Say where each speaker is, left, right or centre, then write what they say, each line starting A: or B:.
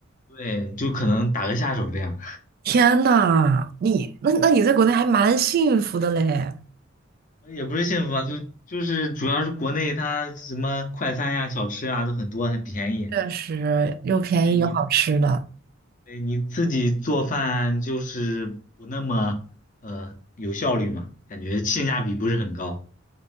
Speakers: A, on the left (about 40°); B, on the right (about 50°).
A: 对，就可能打个下手这样。
B: 天呐，你那那你在国内还蛮幸福的嘞，
A: 也不是幸福啊，就就是主要是国内它什么快餐呀、小吃啊都很多，很便宜。
B: 确实又便宜又好吃的，
A: 对你，对你自己做饭就是不那么呃有效率嘛，感觉性价比不是很高。